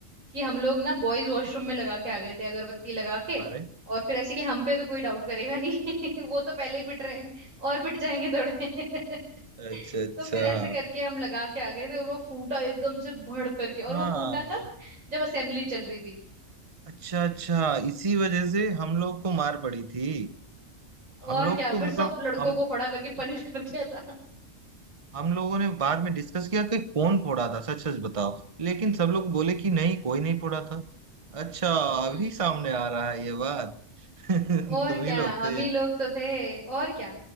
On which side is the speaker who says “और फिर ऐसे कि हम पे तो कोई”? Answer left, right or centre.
Right